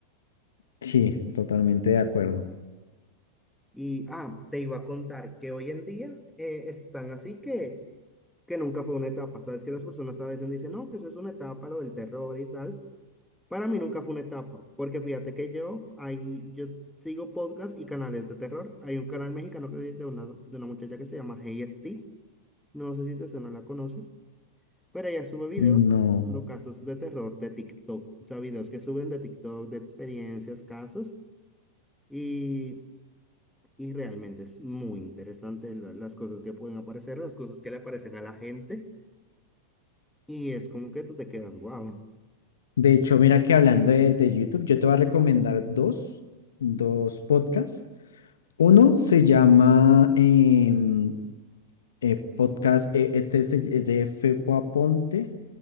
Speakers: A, on the left; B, in the centre.
A: sí, totalmente de acuerdo.
B: Y, ah, te iba a contar que hoy en día eh, están así que, que nunca fue una etapa. Sabes que las personas a veces dicen, no, que eso es una etapa, lo del terror y tal. Para mí nunca fue una etapa, porque fíjate que yo, ahí, yo sigo podcasts y canales de terror. Hay un canal mexicano que, de, una, de una muchacha que se llama Hey Esti, No sé si te suena, la conoces, pero ella sube videos
A: No.
B: analizando casos de terror de TikTok, o sea, videos que suben de TikTok, de experiencias, casos, y, y realmente es muy interesante la- las cosas que pueden aparecer, las cosas que le aparecen a la gente, y es como que tú te quedas, wow.
A: De hecho, mira que hablando de, de YouTube, yo te voy a recomendar dos, dos podcasts. Uno se llama em, eh, podcast, eh, este es, es de Fepo Aponte,